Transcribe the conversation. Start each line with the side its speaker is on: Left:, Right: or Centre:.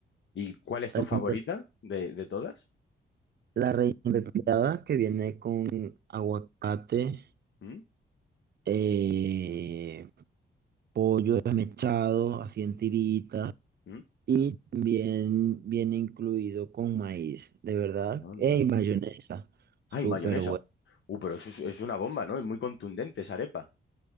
Left: y cuál es
Right: También
Left: tu favorita
Right: tenemos
Left: de, de todas?
Right: la reina pepiada que viene con aguacate,
Left: ¿Mm?
Right: eh, pollo desmechado, así en tiritas,
Left: ¿Mm?
Right: y también viene incluido con maíz, de verdad,
Left: Anda.
Right: y mayonesa, súper
Left: ¡Ay, mayonesa!
Right: bueno.
Left: Uh, pero eso es, es una bomba, ¿no? Es muy contundente esa arepa.